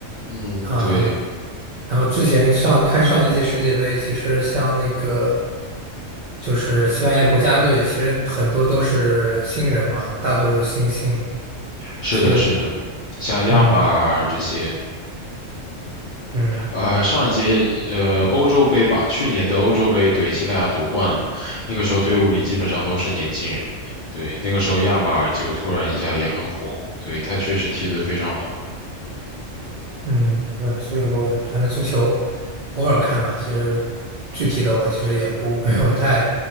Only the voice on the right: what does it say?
啊、
然后之前上看上一届世界杯，其实像那个。就是西班牙国家队，其实很多都是新人嘛，大多是新星。
其实我，
嗯嗯
嗯，对，所以我反正足球偶尔看吧，其实具体的我其实也不没有太